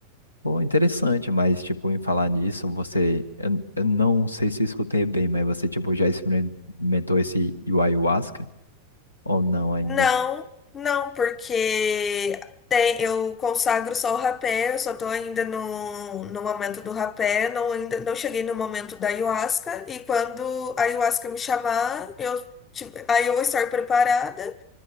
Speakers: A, on the left; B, on the left.
A: Pô, interessante, mas tipo, em falar nisso, você. Eu, eu não sei se eu escutei bem, mas você tipo já experimentou esse ayahuasca? Ou não ainda.
B: Não, não, porque tem, eu consagro só o rapé, eu só tô ainda no, no momento do rapé, não, ainda, não cheguei no momento da ayahuasca, e quando a ayahuasca me chamar, eu, tipo, aí eu vou estar preparada.